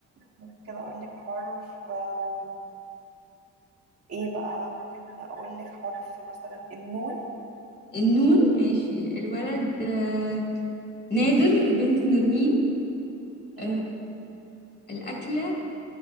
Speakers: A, on the right; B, on the left.
A: ممكن اقول لك حرف آه، ايه بقى ممكن اقول لك حرف مثلا النون
B: النون ماشي الولد آه، نادر البنت نرمين
A: مم.
B: آه، الأكلة